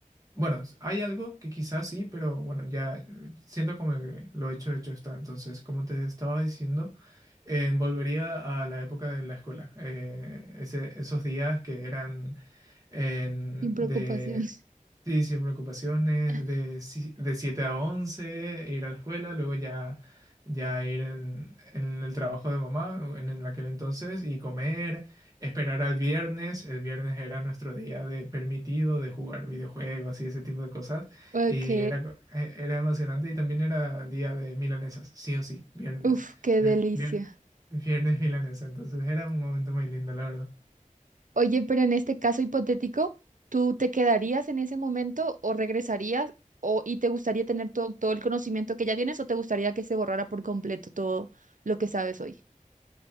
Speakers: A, on the right; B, on the right.
A: bueno, s- hay algo que quizás sí, pero bueno, ya eh, siento como que lo hecho, hecho está. Entonces, como te estaba diciendo, eh, volvería a la época de la escuela. Eh, ese- esos días que eran en-
B: sin preocupación.
A: de, Sí, sin preocupaciones,
B: <laughs>
A: de, si- de 7 a 11 ir a la escuela, luego ya, ya ir en, en el trabajo de mamá en, en aquel entonces y comer, esperar al viernes. El viernes era nuestro día de permitido de jugar videojuegos y ese tipo de cosas.
B: Ok.
A: Y era, co- e- era emocionante y también era día de milanesas, sí o sí, viernes.
B: Uf, qué
A: vier-
B: delicia.
A: vier- viernes milanesa, entonces era un momento muy lindo, la verdad.
B: Oye, pero en este caso hipotético, ¿tú te quedarías en ese momento o regresarías o y te gustaría tener todo, todo el conocimiento que ya tienes o te gustaría que se borrara por completo todo lo que sabes hoy?